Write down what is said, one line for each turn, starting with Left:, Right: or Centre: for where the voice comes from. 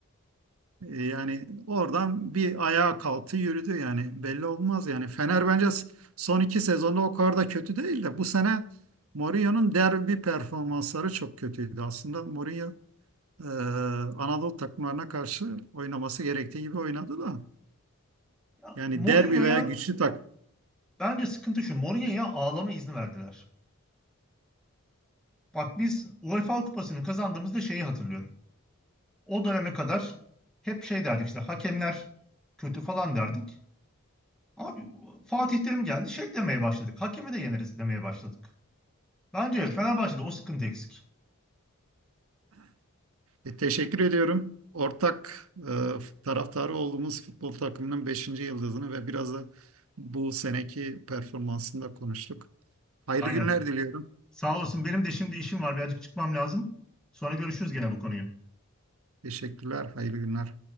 Right: E, Yani oradan bir ayağa kalktı yürüdü yani. Belli olmaz yani. Fener bence s- son iki sezonda o kadar da kötü değil de bu sene Mourinho'nun derbi performansları çok kötüydü aslında. Mourinho e, Anadolu takımlarına karşı oynaması gerektiği gibi oynadı da.
Centre: Ya
Right: Yani
Centre: Mourinho'ya
Right: derbi veya güçlü tak.
Centre: bence sıkıntı şu Mourinho'ya ağlama izni verdiler. Bak biz UEFA Kupası'nı kazandığımızda şeyi hatırlıyorum. O döneme kadar hep şey derdik işte hakemler kötü falan derdik. Abi Fatih Terim geldi şey demeye başladık. Hakemi de yeneriz demeye başladık. Bence Fenerbahçe'de o sıkıntı eksik.
Right: E, teşekkür ediyorum. Ortak e, taraftarı olduğumuz futbol takımının beşinci yıldızını ve biraz da bu seneki performansını da konuştuk. Hayırlı
Centre: Aynen.
Right: günler diliyorum.
Centre: Sağ olasın benim de şimdi işim var birazcık çıkmam lazım. Sonra görüşürüz gene bu konuyu.
Right: Teşekkürler, hayırlı günler.